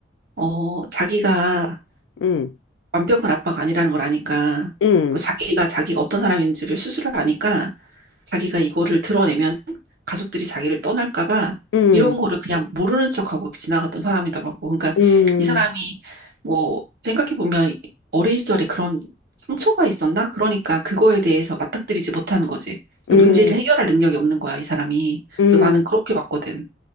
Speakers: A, on the right (about 60°); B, on the left (about 85°).
A: 어, 자기가
B: 음.
A: 완벽한 아빠가 아니라는 걸 아니까
B: 음.
A: 그 자기가 자기가 어떤 사람인지를 스스로 아니까 자기가 이거를 드러내면 가족들이 자기를 떠날까 봐
B: 음.
A: 이런 거를 그냥 모르는 척하고 지나갔던 사람이더라고. 그러니까
B: 음.
A: 이 사람이 뭐 생각해 보면 어린 시절에 그런 상처가 있었나? 그러니까 그거에 대해서 맞닥뜨리지 못하는 거지.
B: 음.
A: 그 문제를 해결할 능력이 없는 거야, 이 사람이.
B: 음.
A: 그래서 나는 그렇게 봤거든.